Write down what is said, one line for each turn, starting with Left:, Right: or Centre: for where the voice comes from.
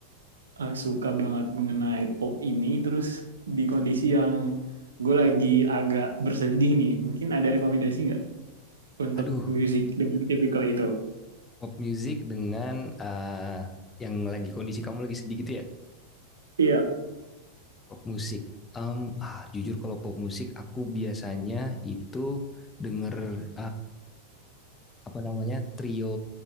Right: eh, suka banget mengenai pop ini, terus di kondisi yang gue lagi agak bersedih nih, mungkin ada rekomendasi nggak untuk
Left: Aduh,
Right: musik dengan tipikal itu?
Left: pop music dengan eh, yang lagi kondisi kamu lagi sedih gitu ya?
Right: Iya,
Left: Pop musik. Em, ah, jujur kalau pop musik, aku biasanya itu denger apa namanya trio